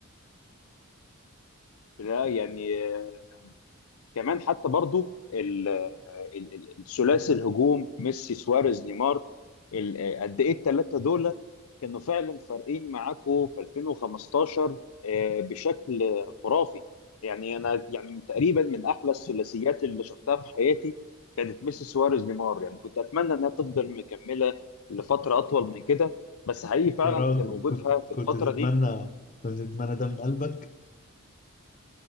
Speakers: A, on the left; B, on the left.
A: لا يعني آه، كمان حتى برضو ال- ال- ال- الثلاثي الهجوم ميسي سواريز نيمار ال- قد ايه الثلاثه دول كانوا فعلا فارقين معاكوا في 2015 آه، بشكل خرافي يعني انا يعني تقريبا من احلى الثلاثيات اللي شفتها في حياتي كانت ميسي سواريز نيمار يعني كنت اتمنى انها تفضل مكمله لفتره اطول من كده بس حقيقي فعلا
B: يا راجل
A: كان وجودها
B: كنت
A: في
B: كنت
A: الفتره
B: تتمنى
A: دي
B: كنت تتمنى دم قلبك